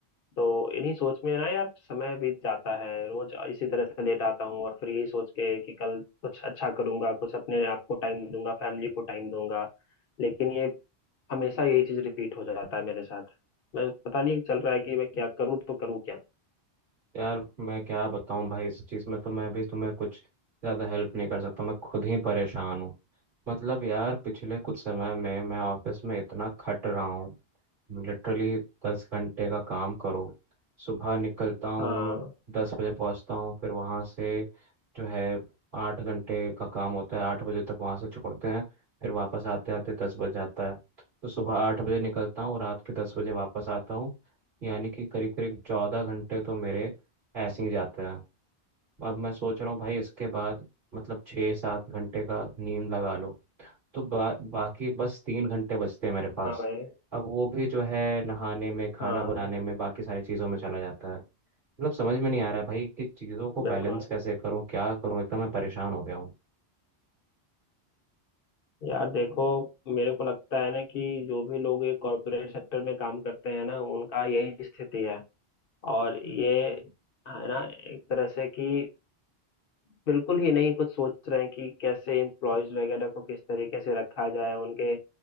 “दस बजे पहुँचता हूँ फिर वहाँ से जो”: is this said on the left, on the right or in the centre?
Right